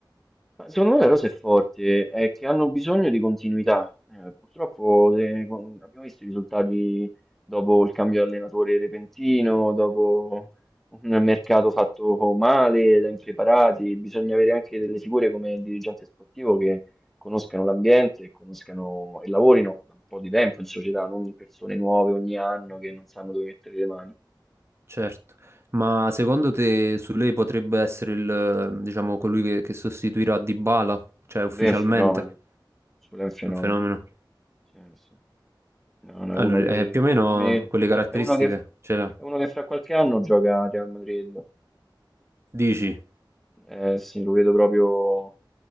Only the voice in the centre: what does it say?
Ma Secondo me la cosa è forte, è che hanno bisogno di continuità. Eh, purtroppo eh, con- abbiamo visto i risultati dopo il cambio di allenatore repentino, dopo un mercato fatto male, da impreparati. Bisogna avere anche delle figure come il dirigente sportivo che conoscano l'ambiente, e conoscano e lavorino da un po' di tempo in società, non persone nuove ogni anno che non sanno dove mettere le mani.
Sulle
è un fenomeno, Sulé è un fenomeno.
Sì, sì. No, no,
è uno che,
come,
è uno che,
è uno che fra qualche anno gioca a Real Madrid.
Eh, sì, lo vedo proprio.